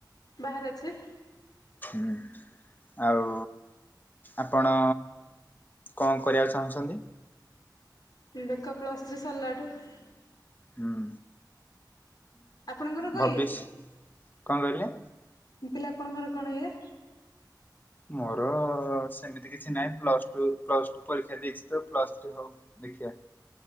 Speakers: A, on the left; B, on the left.
A: ବାହାରେ ଅଛି।
B: ହୁଁ ଆଉ ଆପଣ କଣ କରିବାକୁ ଚାହୁଁଛନ୍ତି?
A: ଦେଖା ପ୍ଲସ୍ ଥ୍ରୀ ସରିଲାଣି <unintelligible>
B: ହୁଁ।
A: ଆପଣଙ୍କର କଉ
B: ଭବିଷ
A: ଇଏ?
B: କଣ କହିଲେ?
A: ମୁଁ କହିଲି ଆପଣଙ୍କର କଣ ଇଏ?
B: ମୋର ସେମିତି କିଛି ନାହିଁ ପ୍ଲସ ଟୁ ପ୍ଲସ ଟୁ ପରୀକ୍ଷା ଦେଇଚି ତ ପ୍ଲସ ଥ୍ରି ହଉ ଦେଖିବା।